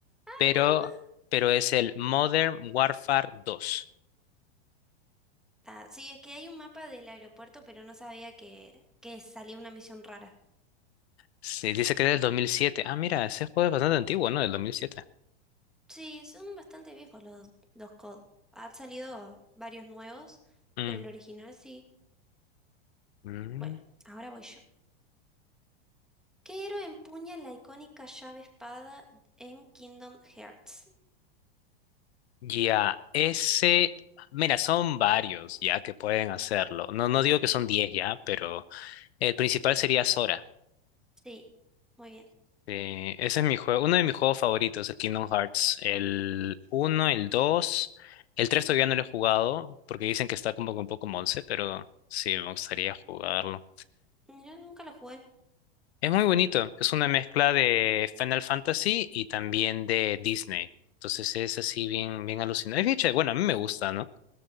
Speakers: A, in the centre; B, on the left (about 80°).
A: Era
B: pero, pero es el Modern Warfare 2.
A: Ah, sí, es que hay un mapa del aeropuerto, pero no sabía que, que salía una misión rara.
B: Sí, dice que es del 2007. Ah, mira, ese juego es bastante antiguo, ¿no? Del 2007.
A: Sí, son bastante viejos los, los COD. Han salido varios nuevos,
B: Mm.
A: pero el original sí.
B: Mm.
A: Bueno, ahora voy yo. ¿Qué héroe empuña la icónica llave espada en Kingdom Hearts?
B: Ya, ese... Mira, son varios ya que pueden hacerlo. No, no digo que son 10 ya, pero el principal sería Sora.
A: Sí, muy bien.
B: Eh, ese es mi juego, uno de mis juegos favoritos, el Kingdom Hearts. El uno el 2 el 3 todavía no lo he jugado porque dicen que está como que un poco monce, pero sí, me gustaría jugarlo.
A: Mira, nunca lo jugué.
B: Es muy bonito, es una mezcla de Final Fantasy y también de Disney. Entonces es así bien, bien alucinante. Es bien chévere. Bueno, a mí me gusta, ¿no?